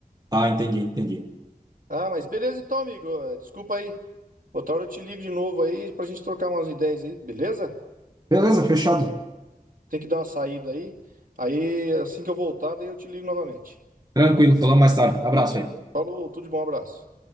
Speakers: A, on the right (about 25°); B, on the right (about 65°).
A: Tá, entendi, entendi.
B: Ah, mas beleza então, amigo. Eh, Desculpa aí. Outra hora eu te ligo de novo aí pra gente trocar umas ideias aí, beleza?
A: Beleza, fechado.
B: Tem que dar uma saída aí. Aí assim que eu voltar, daí eu te ligo novamente.
A: Tranquilo, falamos mais tarde. Abraço aí.
B: Falou, tudo de bom, abraço.